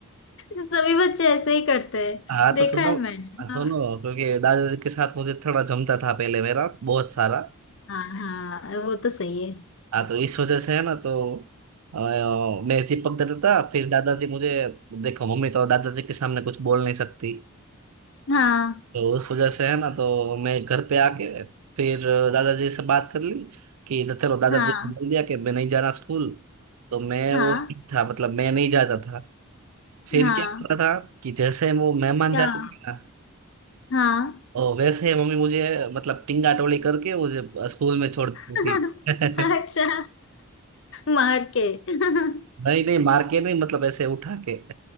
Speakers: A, on the left; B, on the right.
A: सभी बच्चे ऐसे ही करते हैं
B: हाँ
A: देखा
B: तो सुनो
A: है मैंने
B: हाँ, सुनो
A: हाँ
B: क्योंकि दादाजी के साथ मुझे थोड़ा जमता था पहले मेरा बहुत सारा
A: हाँ हाँ वो तो सही है
B: हाँ तो इस वजह से है ना तो अ, मैं चिपक जाता था फिर दादाजी मुझे देखो मम्मी तो दादाजी के सामने कुछ बोल नहीं सकती
A: हाँ
B: तो उस वजह से है ना तो मैं घर पे आके फिर दादाजी से बात कर ली कि तो चलो दादाजी
A: हाँ
B: ने बोल दिया कि मैं नहीं जा रहा स्कूल तो मैं
A: हाँ
B: वो नहीं था मतलब मैं नहीं जाता था फिर
A: हाँ
B: क्या होता था कि जैसे वो मेहमान
A: हाँ
B: जाते थे ना
A: हाँ
B: और वैसे ही मम्मी मुझे मतलब टिंगा टोली करके मुझे स्कूल में छोड़ देती
A: <laughs>
B: थी <laughs>
A: अच्छा <laughs> मार के <laughs>
B: नहीं नहीं मार के नहीं मतलब ऐसे उठा के